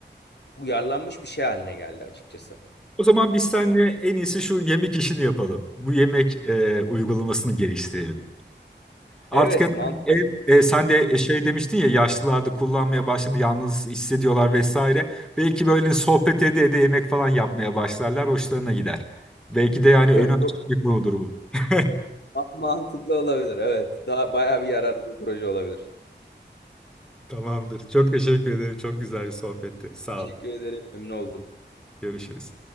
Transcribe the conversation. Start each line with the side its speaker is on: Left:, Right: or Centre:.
Left: uyarlanmış bir şey haline geldi açıkçası.
Centre: O zaman biz seninle en iyisi şu yemek işini yapalım. Bu yemek e, uygulamasını geliştirelim. Artık
Left: Evet, mantıklı.
Centre: ev,
Left: <laughs>
Centre: e, sen de e, şey demiştin ya yaşlılarda kullanmaya başladı yalnız hissediyorlar vesaire. Belki böyle sohbet ede ede yemek falan yapmaya başlarlar hoşlarına gider. Belki de yani
Left: Evet,
Centre: önü açık
Left: çok
Centre: bir konudur bu. <laughs>
Left: mantıklı olabilir. Evet, daha bayağı bir yararlı bir proje olabilir.
Centre: Tamamdır. Çok teşekkür ederim. Çok güzel bir sohbetti. Sağ
Left: Teşekkür
Centre: ol.
Left: ederim, memnun oldum.
Centre: Görüşürüz.